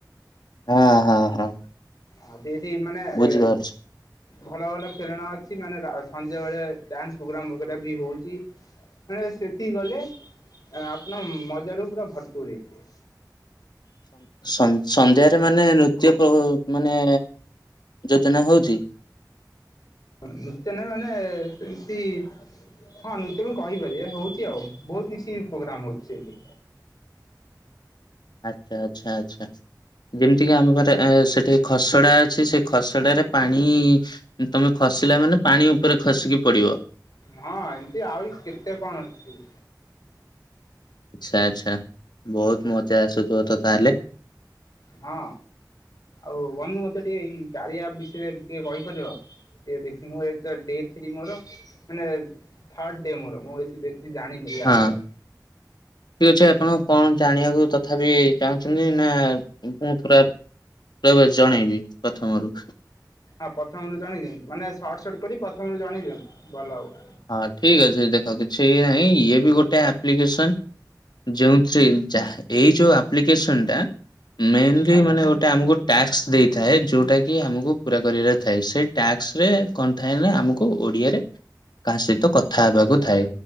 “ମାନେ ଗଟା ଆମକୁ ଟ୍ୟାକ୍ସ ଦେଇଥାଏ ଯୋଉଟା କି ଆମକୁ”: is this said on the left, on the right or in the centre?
Left